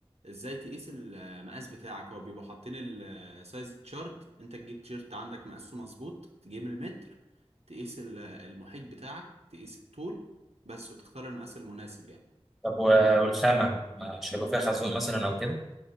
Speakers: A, on the right; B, in the centre.
A: ازاي تقيس المقاس بتاعك هو بيبقوا حاطين السايز تشارت انت تجيب تيشيرت عندك مقاسه مظبوط تجيب المتر تقيس ال- المحيط بتاعك تقيس الطول بس وتختار المقاس المناسب يعني
B: طب و- والخامه مش هيبقى فيها خازوق مثلا او كده